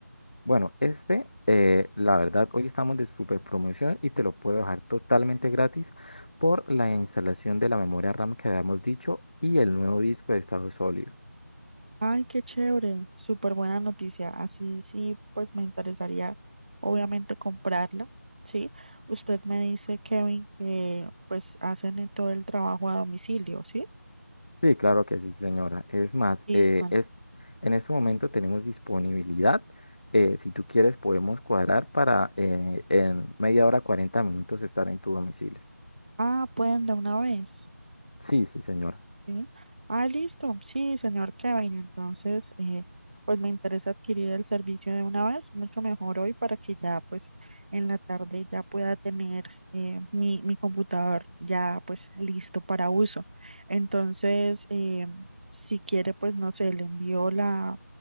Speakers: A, on the left; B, on the right.
A: Bueno, este, eh, la verdad, hoy estamos de super promoción y te lo puedo dejar totalmente gratis por la instalación de la memoria RAM que habíamos dicho y el nuevo disco de estado sólido.
B: Ay, qué chévere, súper buena noticia. Así sí, pues me interesaría obviamente comprarla, ¿sí? Usted me dice, Kevin, que pues hacen en todo el trabajo a domicilio, ¿sí?
A: Sí, claro que sí, señora. Es más,
B: Listo.
A: eh, es, en este momento tenemos disponibilidad. eh, si tú quieres, podemos cuadrar para eh, en media hora, 40 minutos estar en tu domicilio.
B: Ah, pueden de una vez.
A: Sí, sí, señora.
B: Sí. Ah, listo. Sí, señor Kevin. Entonces, eh, pues me interesa adquirir el servicio de una vez, mucho mejor hoy para que ya, pues, en la tarde ya pueda tener eh, mi, mi computador ya, pues, listo para uso. Entonces, eh, si quiere, pues, no sé, le envío la,